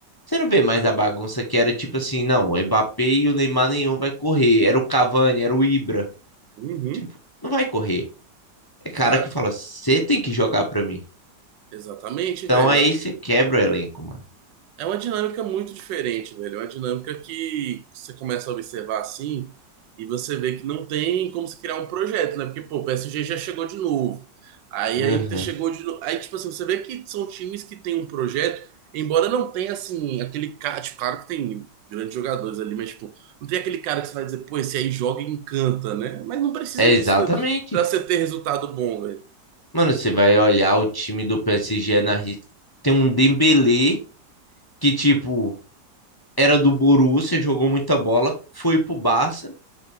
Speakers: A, on the left; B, on the right.
A: Você não vê mais a bagunça que era tipo assim, não, o Mbappé e o Neymar nenhum vai correr. Era o Cavani, era o Ibra.
B: Uhum.
A: Tipo, não vai correr. É cara
B: Cara,
A: que fala, você tem que jogar pra mim.
B: exatamente,
A: Então
B: velho.
A: aí você quebra o elenco, mano.
B: É uma dinâmica muito diferente, velho. É uma dinâmica que você começa a observar assim e você vê que não tem como se criar um projeto, né? Porque, pô, o PSG já chegou de novo. Aí a
A: Aham.
B: Inter chegou de novo. Aí, tipo assim, você vê que são times que têm um projeto, embora não tenha, assim, aquele cara. Tipo, claro que tem grandes jogadores ali, mas, tipo, não tem aquele cara que você vai dizer, pô, esse aí joga e encanta, né? Mas não precisa
A: É exatamente.
B: disso pra você ter resultado bom, velho.
A: Mano, você vai olhar o time do PSG na Argentina. tem um Dembélé que tipo era do Borussia, jogou muita bola, foi pro Barça,